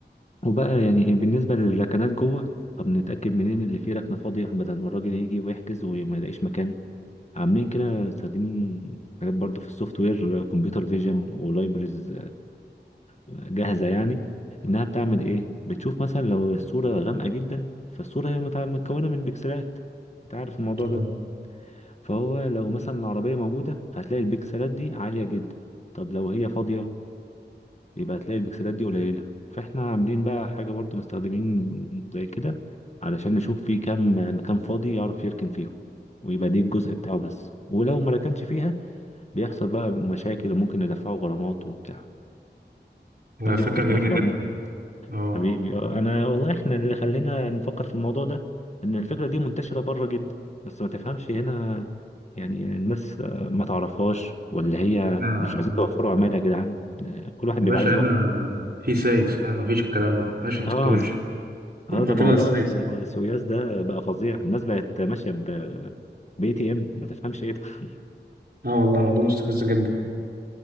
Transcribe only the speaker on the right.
اه
آه.
فكرة
جميلة
جدا اه
لا،
آه.
يا
باشا
هنا في سايس فاهم مفيش الكلام ده ماشي في التكنولوجيا
هتبقى
السايس
اه والله الموضوع مستفز جدا